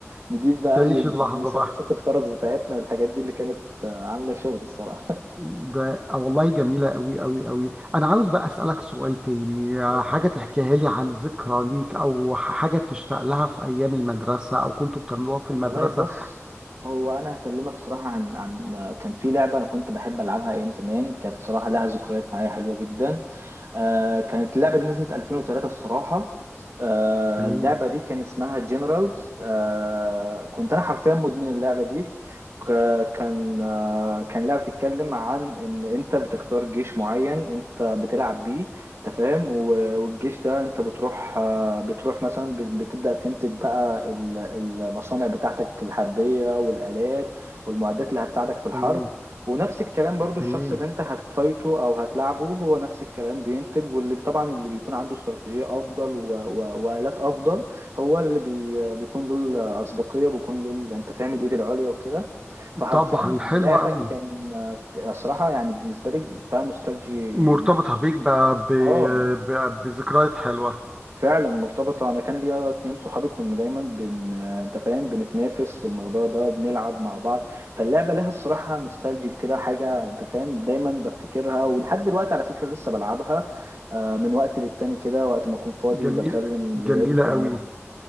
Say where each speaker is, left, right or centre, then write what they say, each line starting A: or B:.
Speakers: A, on the right; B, on the right.
A: نجيب بقى
B: تعيش اللحظة
A: المسدسات
B: بقى
A: الخرز بتاعتنا والحاجات دي اللي كانت عاملة شغل الصراحة
B: ده آه والله جميلة أوي أوي أوي أنا عاوز بقى أسألك سؤال تاني
A: اه
B: آه، حاجة تحكيها لي عن ذكرى ليك أو ح- حاجة تشتاق لها في أيام المدرسة أو كنتوا بتعملوها في المدرسة
A: والله بص هو انا هكلمك صراحه عن عن كان في لعبه انا كنت بحب العبها ايام زمان كانت صراحه لها ذكريات معايا حلوه جدا آه كانت اللعبه اللي نزلت 2003 الصراحه آه
B: تمام
A: اللعبه دي كان اسمها جنرالز آه كنت انا حرفيا مدمن اللعبه دي ك- كان آه كان لعبه بتتكلم عن ان انت بتختار جيش معين انت بتلعب بيه انت فاهم و- والجيش ده انت بتروح بتروح مثلا بت- بتبدأ تنتج بقى ال- المصانع بتاعتك الحربية والآلات والمعدات اللي هتساعدك في الحرب
B: تمام
A: ونفس الكلام برضو الشخص
B: تمام
A: اللي انت هتفايته او هتلاعبه هو نفس الكلام بينتج واللي طبعا اللي بيكون عنده استراتيجية افضل و... و... وآلات افضل هو اللي بي... بيكون له الاسبقية بيكون له ال- انت فاهم الايد العليا وكده فحرفيا
B: طبعا
A: لعبك
B: حلوة أوي
A: كان في الصراحة يعني بالنسبة لي فيها نوستالجي
B: مرتبطة بيك ب... ب...
A: اه
B: ب... بذكريات حلوة
A: فعلا مرتبطة أنا كان ليا اتنين صحابي كنا دايما بن آه، أنت فاهم بنتنافس في الموضوع ده وبنلعب مع بعض فاللعبة لها الصراحة نوستالجيك كده حاجة أنت فاهم دايما بفتكرها ولحد دلوقتي على فكرة لسه بلعبها آه، من وقت للتاني كده وقت ما أكون فاضي
B: جميل
A: بكلم
B: جميلة
A: الولاد وكده بنلعب
B: أوي
A: يعني